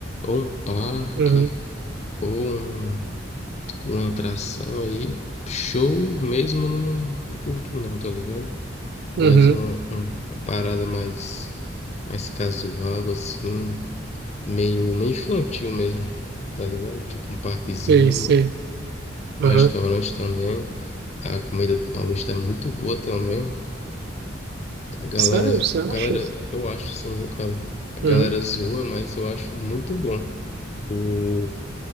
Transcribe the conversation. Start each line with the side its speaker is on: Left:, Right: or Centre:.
Left: Ou um parque,
Right: uhum,
Left: ou um- uma atração aí. Show mesmo eu não não curto não, tá ligado?
Right: uhum,
Left: Mas uma, uma parada mais, mais casual, assim. meio, meio infantil mesmo, tá ligado? Tipo um parquezinho,
Right: sei, sei. Aham.
Left: um restaurante também. A comida do Paulista é muito boa também. A galera,
Right: Sério, você acha?
Left: galera, eu acho sim, viu, cara? A
Right: Uhum.
Left: galera zoa, mas eu acho muito bom. O,